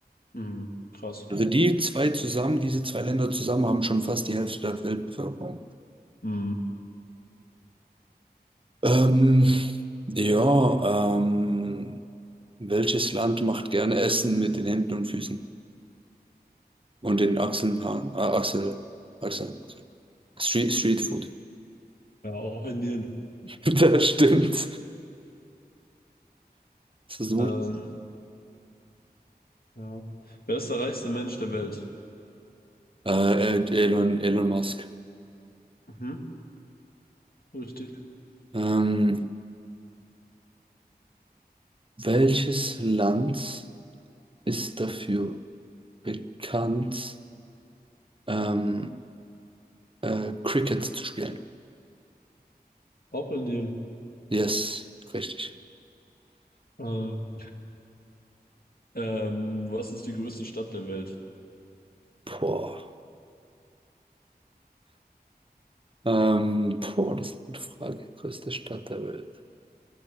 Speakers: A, on the left (about 65°); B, on the right (about 30°).
A: Mhm, krass.
B: Also die zwei zusammen, diese zwei Länder zusammen haben schon fast die Hälfte der Weltbevölkerung.
A: Mhm.
B: Ähm, ja, ähm, welches Land macht gerne Essen mit den Händen und Füßen und den Achseln, Haaren, äh, Achsel, Achseln, also Street, Street Food.
A: Ja, auch Indien.
B: <laughs> Das stimmt. Das ist
A: Ähm,
B: gut.
A: ja. Wer ist der reichste Mensch der Welt?
B: Äh, äh, Elon, Elon Musk.
A: Mhm, richtig.
B: Ähm, welches Land ist dafür bekannt, ähm, äh, Cricket zu spielen?
A: Auch Indien.
B: Yes, richtig.
A: Ähm, ähm, was ist die größte Stadt der Welt?
B: Boah. Ähm, boah, das ist eine gute Frage. Größte Stadt der Welt.